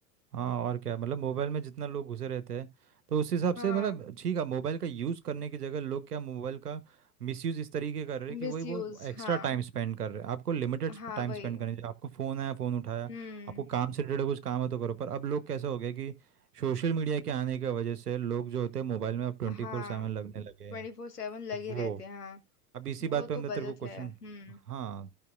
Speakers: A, on the right (about 75°); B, on the left (about 75°).
A: हाँ और क्या मतलब मोबाइल में जितना लोग घुसे रहते हैं तो उस हिसाब
B: हाँ
A: से मतलब ठीक है मोबाइल का यूज़ करने की जगह लोग क्या मोबाइल का मिसयूज़ इस तरीके कर रहे हैं
B: मिस
A: कि वही वो
B: यूज
A: एक्स्ट्रा
B: हाँ
A: टाइम स्पेंड कर रहे हैं आपको लिमिटेड
B: हाँ
A: टाइम
B: वही
A: स्पेंड करने चाहिए आपको फ़ोन आया फ़ोन उठाया
B: हम्म
A: आपको काम से रिलेटेड कुछ काम है तो करो पर अब लोग कैसा हो गया कि सोशल मीडिया के आने की वजह से लोग जो होते हैं मोबाइल में अब ट्वेंटी
B: हाँ
A: फोर सेवन लगने लगे
B: ट्वेंटी
A: हैं
B: फोर सेवन लगे रहते
A: वो
B: हैं हाँ
A: अब इसी
B: वो
A: बात
B: तो
A: पे हमने
B: गलत
A: तेरे को क्वेश्चन
B: है हम्म
A: हाँ